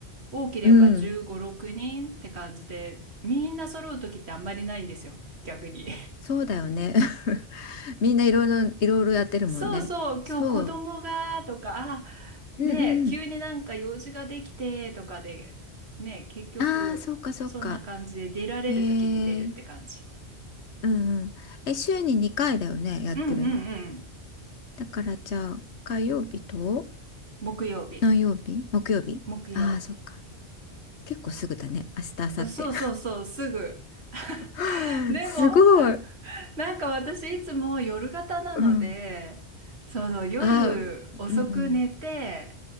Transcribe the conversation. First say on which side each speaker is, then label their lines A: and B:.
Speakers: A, on the right (about 70°); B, on the left (about 80°).
A: 多ければ15、
B: うん、
A: 6人って感じで、みんな揃う時ってあんまりないんですよ、逆に。
B: そうだよね。<laughs> みんないろいろ、いろいろやってるもんね。
A: そうそう、
B: そう。
A: 今日子供がとか、あ、
B: うんうん。
A: ねえ、急になんか用事ができてとかで、ねえ、結局、
B: ああ、そうかそうか。
A: そんな感じで出られる時に出るって感じ。
B: へえ。うんうん。え、週に2回だよね、やってるの。
A: うんうんうん。
B: だからじゃあ、火曜日と
A: 木曜日。
B: 何曜日木曜日ああー、
A: 木曜日。
B: そっか。結構すぐだね。明日、明後日。
A: そそうそうそう、すぐ。
B: <laughs>
A: <laughs> でも、
B: すごい。
A: <laughs> なんか私いつも夜型なので、
B: うん。
A: その夜遅く寝て、
B: ああ、うんうん。